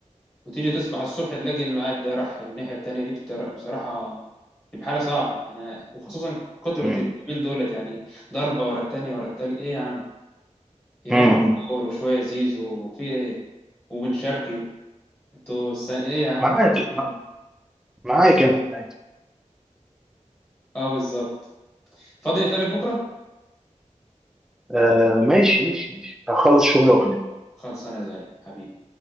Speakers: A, on the left (about 20°); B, in the centre.
A: وتيجي تصبح الصبح تلاقي اللاعب ده راح الناحيه التانيه دي بتر- بصراحه تبقى حاله صعبه انا وخصوصا كتره
B: امم
A: اليومين دولت يعني ضربه ورا التانيه ورا التالت ايه يا عم امام
B: امم
A: عاشور وشويه زيزو في ايه وبن شرقي انتوا الس- ايه يا عم
B: معاك
A: ارحمونا شويه
B: مع- معاك انت
A: اه بالظبط فاضي نتقابل بكره
B: آه ماشي ماشي ماشي هخلص شغل واكلمك
A: خلص انا زيك حبيبي